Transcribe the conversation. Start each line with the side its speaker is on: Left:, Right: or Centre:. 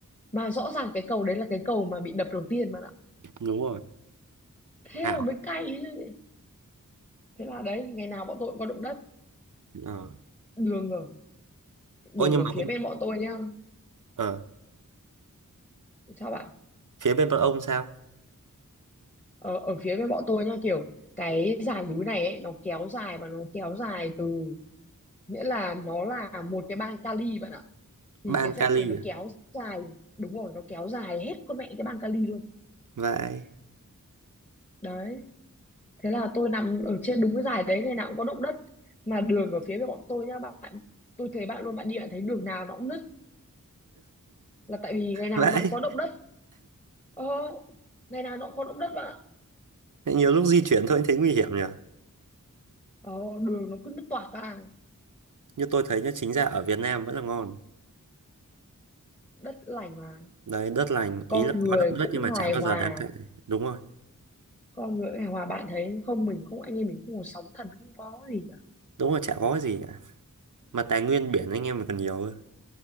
Left: mà rõ ràng cái cầu đấy là cái cầu mà bị đập đầu tiên bạn ạ
Right: đúng rồi
Left: thế
Right: ảo
Left: mà mới cay chứ thế là đấy ngày nào bọn tôi cũng có động đất
Right: ờ
Left: đường ở đường
Right: ôi nhưng
Left: ở
Right: mà
Left: phía
Right: không
Left: bên bọn tôi nhá
Right: ờ
Left: sao bạn
Right: phía bên bọn ông sao
Left: ờ, ở phía bên bọn tôi nhá kiểu cái dải núi này ấy, nó kéo dài và nó kéo dài từ nghĩa là nó là một cái bang Cali bạn ạ thì
Right: bang
Left: cái dãy
Right: Cali
Left: lúc nó
Right: à
Left: kéo dài đúng rồi nó kéo dài hết con mẹ cái băng kali luôn
Right: vậy
Left: đấy thế là tôi nằm ở trên đúng cái dài đấy ngày nào cũng có động đất mà đường ở phía bên bọn tôi nhá bạn tôi thấy bạn luôn bạn đi bạn thấy đường nào nó cũng nứt là tại vì ngày nào
Right: vậy
Left: nó cũng có động đất ờ, ngày nào nó cũng có động đất bạn ạ
Right: nhiều lúc di chuyển thôi thấy nguy hiểm nhỉ
Left: ờ, đường nó cứ nứt toạc ra
Right: như tôi thấy nhá chính ra ở Việt Nam vẫn là ngon
Left: đất lành mà
Right: đấy đất lành
Left: con
Right: ý là
Left: người
Right: có động đất
Left: cũng
Right: nhưng mà
Left: hài
Right: chả bao
Left: hòa
Right: giờ đáng kể đúng rồi
Left: con người hài hòa bạn thấy không mình không anh em mình không có sóng thần không có gì cả
Right: đúng rồi chả có cái gì cả mà tài nguyên biển anh em mình còn nhiều cơ